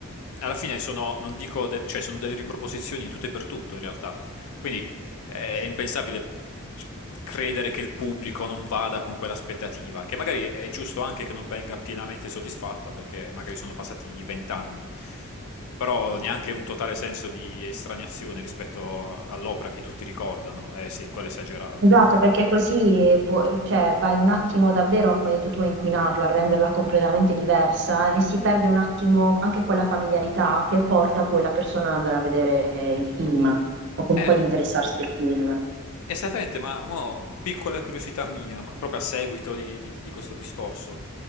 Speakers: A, on the left (about 75°); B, on the right (about 50°).
A: alla fine sono, non dico, del- cioè, sono delle riproposizioni in tutto e per tutto, in realtà. Quindi eh, è impensabile c- credere che il pubblico non vada con quell'aspettativa, che magari è giusto anche che non venga pienamente soddisfatta, perché magari sono passati vent'anni, però neanche un totale senso di estraniazione rispetto all'opera che tutti ricordano. Eh sì, quello è esagerato.
B: esatto, perché così pu- cioè, vai un attimo davvero, come hai detto tu, a inquinarla, a renderla completamente diversa e si perde un attimo anche quella familiarità che porta poi la persona ad andare a vedere il film o comunque
A: Eh,
B: ad interessarsi del film.
A: Esattamente, ma mo, piccola curiosità mia, ma proprio a seguito di, di- di questo discorso,